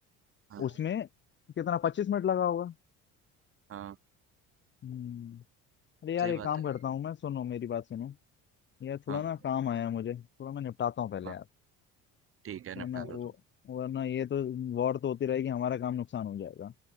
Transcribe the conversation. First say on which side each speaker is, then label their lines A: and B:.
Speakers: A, on the right; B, on the left.
A: हाँ
B: उसमें कितना पच्चीस मिनट लगा होगा
A: हाँ
B: हम्म अरे यार
A: सही
B: एक
A: बात
B: काम
A: है
B: करता हूँ मैं सुनो मेरी बात सुनो यार थोड़ा
A: हाँ
B: ना काम आया है मुझे थोड़ा मैं निपटाता हूँ पहले
A: हाँ
B: यार
A: ठीक है
B: वरना
A: निपटा
B: वो
A: लो तुम
B: वरना ये तो वॉर तो होती रहेगी हमारा काम नुकसान हो जाएगा